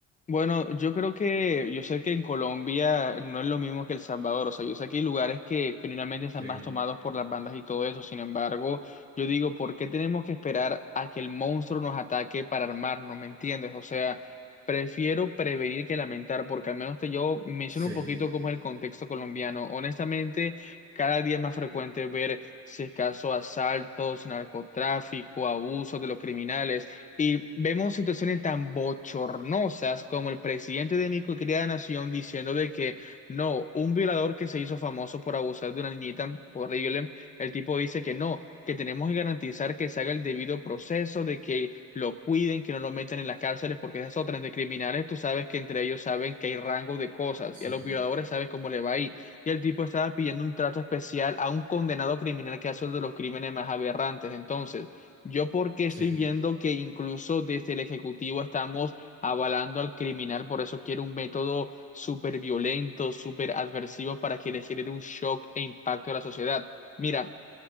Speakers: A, on the left; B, on the right.
A: Bueno, yo creo que, yo sé que en Colombia no es lo mismo que El Salvador, o sea, yo sé que hay lugares que generalmente están
B: Sí,
A: más tomados por las bandas y todo eso, sin embargo, yo digo, ¿por qué tenemos que esperar a que el monstruo nos ataque para armarnos? ¿Me entiendes? O sea, prefiero prevenir que lamentar, porque al menos te yo menciono
B: sí,
A: un poquito cómo es el contexto colombiano. Honestamente, cada día es más frecuente ver, si es caso, asaltos, narcotráfico, abusos de los criminales. Y vemos situaciones tan bochornosas como el presidente de mi querida nación diciendo de que no, un violador que se hizo famoso por abusar de una niñita, horrible, el tipo dice que no, que tenemos que garantizar que se haga el debido proceso, de que lo cuiden, que no lo metan en las cárceles, porque esas otras de criminales, tú sabes que entre ellos saben que hay rango de cosas
B: sí,
A: y a los violadores sabes cómo le va a ir. Y el tipo estaba pidiendo un trato especial a un condenado criminal que hace uno de los crímenes más aberrantes. Entonces... Yo porque estoy
B: sí,
A: viendo que incluso desde el Ejecutivo estamos avalando al criminal, por eso quiero un método súper violento, súper adversivo para que le genere un shock e impacto a la sociedad. Mira,